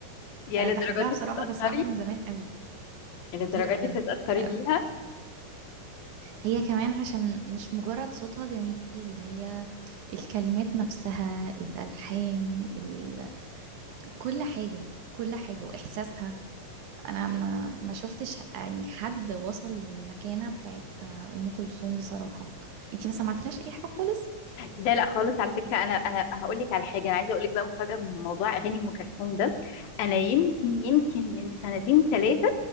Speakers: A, on the left; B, on the right.
A: يا
B: آه،
A: للدرجات
B: بحبها
A: دي
B: بصراحة
A: بتتاثري
B: وبسمعها من زمان قوي
A: يا للدرجات
B: جدا
A: دي بتتاثري
B: آه،
A: بيها
B: هي كمان عشان مش مجرد صوتها جميل هي الكلمات نفسها الألحان ال... كل حاجة كل حاجة وإحساسها أنا ما, ما شفتش يعني حد وصل للمكانة بتاعت أم كلثوم بصراحة أنتي ما سمعتلهاش أي حاجة خالص؟
A: لا لا خالص على فكره انا انا هقول لك على حاجه انا عايزه اقول لك بقى مفاجاه من موضوع اغاني ام كلثوم ده انا يمكن يمكن من سنتين ثلاثه